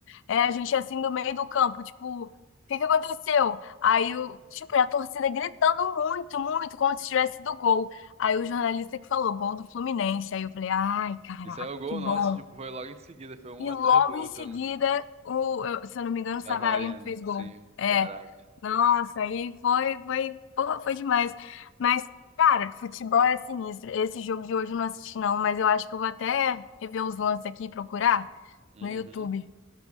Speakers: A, on the left; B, on the right.
A: é, a gente assim do meio do campo, tipo, o que que aconteceu? Aí o, tipo, e a torcida gritando muito, muito, como se tivesse do gol. Aí o jornalista que falou, gol do Fluminense. Aí eu falei, ai, caraca,
B: Isso aí é o gol
A: que bom.
B: nosso, tipo, foi logo em seguida, foi um
A: E
B: atrás
A: logo
B: do outro,
A: em seguida,
B: né?
A: o, eu- se eu não me engano, o
B: Tavarino,
A: Savarino que fez
B: sim,
A: gol. É.
B: caraca.
A: Nossa, aí foi, foi, pô, foi demais. Mas, cara, futebol é sinistro. Esse jogo de hoje eu não assisti, não, mas eu acho que eu vou até rever os lances aqui e procurar
B: Uhum.
A: no YouTube.